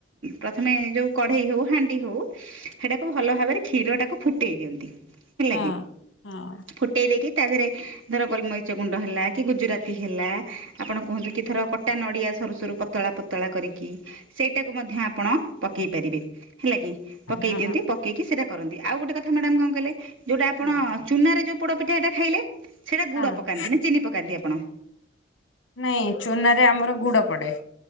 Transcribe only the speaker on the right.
ପ୍ରଥମେ ଯୋଉ କଢ଼େଇ ହଉ, ହାଣ୍ଡି ହଉ, ସେଟାକୁ ଭଲ ଭାବରେ କ୍ଷୀର ଟାକୁ ଫୁଟେଇ ଦିଅନ୍ତି। ହେଲା
କି
ଫୁଟେଇ ଦେଇକି ତା ଦେହରେ ଧର ଗୋଲମରିଚ ଗୁଣ୍ଡ ହେଲା କି ଗୁଜୁରାତି ହେଲା ଆପଣ କୁହନ୍ତୁ କି ଧର କଟା ନଡ଼ିଆ ସରୁ ସରୁ ପତଳା ପତଳା କରିକି ସେଇଟାକୁ ମଧ୍ୟ ଆପଣ ପକେଇ ପାରିବେ। ହେଲା କି ପକେଇ
ଦିଅନ୍ତି। ପକେଇକି ସେଇଟା କରନ୍ତି ଆଉ ଗୋଟେ କଥା ମ୍ୟାଡ଼ାମ୍ କଣ କହିଲେ? ଯୋଉଟା ଆପଣ
ଚୁନାରେ ଯୋଉ ପୋଡ଼ ପିଠା ଟା ଖାଇଲେ ସେଇଟା
ଗୁଡ଼ ପକାନ୍ତି ନା ଚିନି ପକା କାନ୍ଧି ଆପଣ